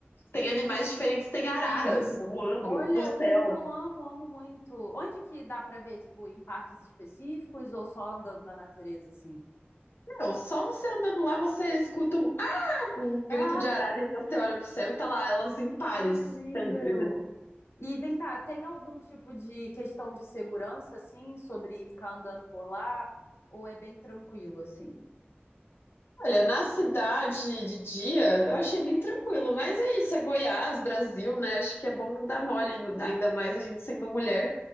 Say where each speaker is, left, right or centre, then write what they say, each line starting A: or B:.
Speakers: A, on the left (about 65°); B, on the left (about 75°).
A: tem animais diferentes, tem araras
B: Incrível.
A: voando
B: Olha,
A: no
B: que
A: céu.
B: lindo, eu amo, amo muito. Onde que dá pra ver, tipo, em parques específicos ou só andando na natureza, assim?
A: Não, só você andando lá, você escuta um, ah, um grito
B: Ah,
A: de arara e você olha pro céu e tá lá, elas em pares,
B: Incrível.
A: sempre, né?
B: E vem cá, tem algum tipo de questão de segurança, assim, sobre ficar andando por lá? Ou é bem tranquilo, assim?
A: Olha, na cidade de dia, eu achei bem tranquilo, mas é isso, é Goiás, Brasil, né? Acho que é bom não dar mole, ainda mais a gente sendo mulher.